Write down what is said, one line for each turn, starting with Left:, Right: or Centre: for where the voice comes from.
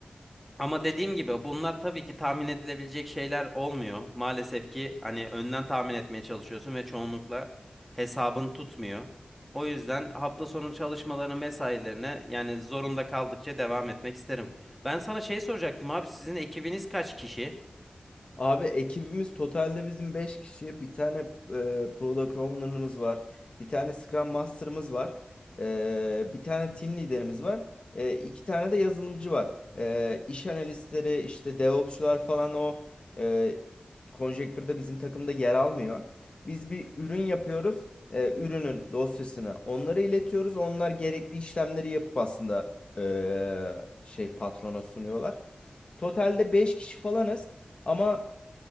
Centre: Ama dediğim gibi bunlar tabii ki tahmin edilebilecek şeyler olmuyor. Maalesef ki hani önden tahmin etmeye çalışıyorsun ve çoğunlukla hesabın tutmuyor. O yüzden hafta sonu çalışmalarını, mesailerine yani zorunda kaldıkça devam etmek isterim. Ben sana şey soracaktım abi sizin ekibiniz kaç kişi?
Left: Abi ekibimiz totalde bizim 5 kişi. Bir tane e, product owner'ımız var. Bir tane Scrum Master'ımız var. E, bir tane team liderimiz var. E, iki tane de yazılımcı var. E, iş analistleri, işte DevOps'çular falan o e, konjektürde bizim takımda yer almıyor. Biz bir ürün yapıyoruz. E, ürünün dosyasını onlara iletiyoruz. Onlar gerekli işlemleri yapıp aslında e, şey patrona sunuyorlar. Totalde 5 kişi falanız. Ama